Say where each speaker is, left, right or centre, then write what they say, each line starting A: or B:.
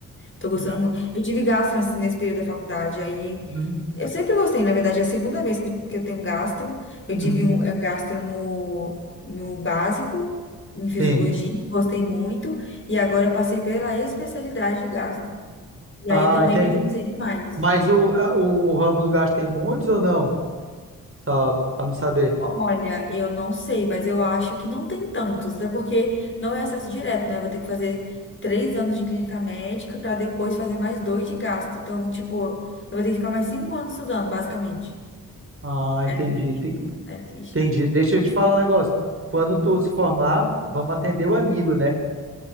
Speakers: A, on the left; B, on the right.
A: Tô gostando
B: Ga-
A: muito. Eu tive gastro assim, nesse período da faculdade, aí
B: uhum,
A: eu sempre gostei, na verdade, é a segunda vez que, que eu tenho gastro. Eu
B: uhum.
A: tive um eh, gastro no, no básico, em fisiologia,
B: Sim.
A: gostei muito, e agora eu passei pela especialidade de gastro. E
B: Ah,
A: aí também
B: entendi.
A: me interessei demais.
B: Mas o, a- o ramo do gasto tem muitos ou não? Só pra me saber.
A: Olha, eu não sei, mas eu acho que não tem tantos, até porque não é acesso direto, né? Eu vou ter que fazer três anos de clínica médica para depois fazer mais dois de gastro Então, tipo, eu vou ter que ficar mais cinco anos estudando, basicamente.
B: Ah, entendi.
A: É triste. É triste.
B: Entendi. Deixa eu te falar um negócio. Quando tu se formar, vamos atender o amigo, né? <laughs>